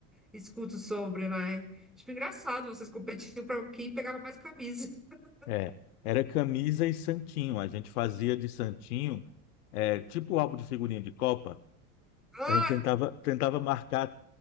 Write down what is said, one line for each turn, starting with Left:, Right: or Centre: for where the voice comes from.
Centre: escuto sobre, né? Tipo, engraçado, vocês competiam pra quem pegava mais camisa. <laughs>
Left: É, era camisa e santinho. A gente fazia de santinho, é, tipo álbum de figurinha de Copa.
Centre: Ah,
Left: A gente tentava, tentava marcar,